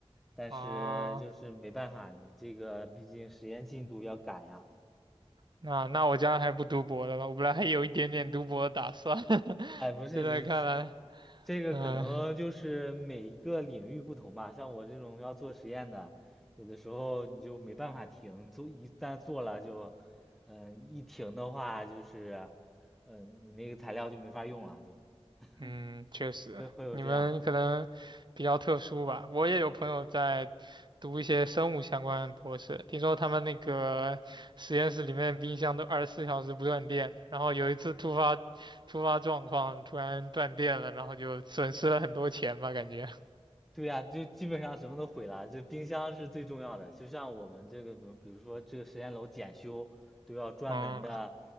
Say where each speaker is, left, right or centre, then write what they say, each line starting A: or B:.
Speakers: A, in the centre; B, on the right.
A: 但是就是没办法，
B: 啊，
A: 你这个毕竟实验进度要赶呀。
B: 那那我将来还不读博了吧？我本来还有一点点读博的打算，<laughs>
A: 哎，不是不是，
B: 现在看来，
A: 这个可能就是每一个领域不同吧，
B: 嗯、
A: 像我这种要做实验的，有的时候你就没办法停，做一旦做了就，嗯，一停的话就是，嗯，你那个材料就没法用了，就 <laughs>
B: 嗯，确实，
A: 会会有这样。
B: 你们可能比较特殊吧。我也有朋友在读一些生物相关的博士，听说他们那个实验室里面冰箱都二十四小时不断电的然后有一次突发突发状况，突然断电了，然后就损失了很多钱吧，感觉。
A: 对呀，就基本上什么都毁了，就冰箱是最重要的。就像我们这个，比如比如说这个实验楼检修，都要专门的，
B: 嗯